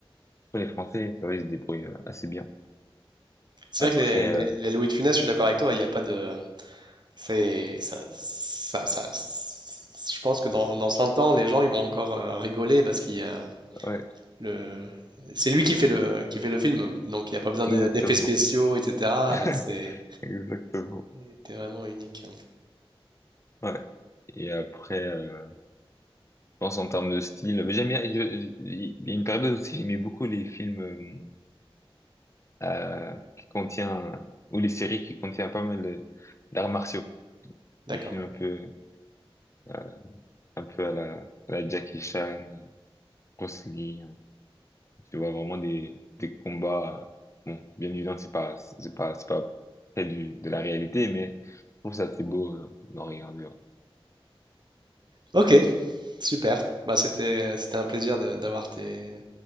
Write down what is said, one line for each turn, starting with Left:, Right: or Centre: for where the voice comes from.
Left: les Français, ça va, ils se débrouillent euh, assez bien.
Right: C'est
Left: Après,
Right: vrai que les, les-
Left: euh,
Right: les Louis de Funès, je suis d'accord avec toi, il n'y a pas de. C'est. Ça, ça, ça- Je pense que dans, dans 100 ans, les gens ils vont encore euh, rigoler parce qu'il y a
Left: ouais,
Right: le. C'est lui qui fait le, qui fait le film, donc il n'y a pas besoin
Left: exactement.
Right: d'e- d'effets spéciaux, etc.
Left: <laughs>
Right: C'est
Left: Exactement.
Right: c'était vraiment unique.
Left: Ouais. Et après, euh, je pense en termes de style, mais j'aime bien. je- je- Il y a une période aussi, j'aimais beaucoup les films euh, euh, qui contient ou les séries qui contiennent pas mal de- d'arts martiaux,
Right: D'accord.
Left: des films un peu euh, un peu à la, à la Jackie Chan, Bruce Lee. hein. Tu vois vraiment des des combats. euh, bon, bien évidemment, c'est pas c'est pas c'est pas près du de la réalité, mais je trouve ça assez beau euh, d'en regarder. ouais.
Right: Ok, super. Bah, c'était, c'était un plaisir de- d'avoir tes,